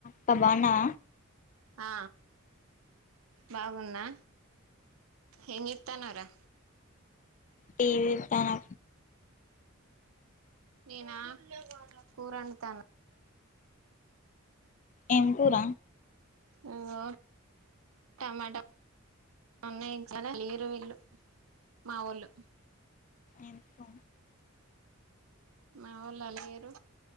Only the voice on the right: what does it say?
ఆ బాగున్నా ఏం చేస్తున్నావ్ రా
నేనా కూర వండుతానా
ఇంగో టమాటా ఉన్నాయి చాలా లేరు వీళ్ళు మా ఒళ్ళు
మావోళ్ళు అలిగింర్రు